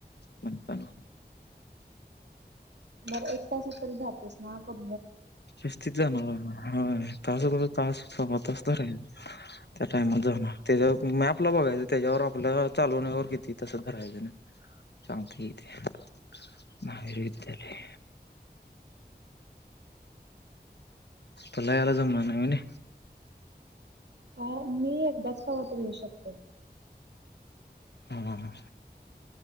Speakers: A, on the left; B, on the right.
A: म्हणताना.
B: बरं एक तासात तरी जातोयस ना? क
A: शिस्तीत जाणार आहे मी हळूहळू तास, तास सव्वा तास धरायचं. त्या टाइमात जाणार त्याच्यावर मॅपला बघायचं त्याच्यावर आपल्या चालवण्यावर किती तासात धरायचं नाही. सांगतय की ते महावीर विद्यालय. तुला यायला जमणार नाही होयनी.
B: काय मी एकदाच कवातर येऊ शकतोय.
A: हा हा हा.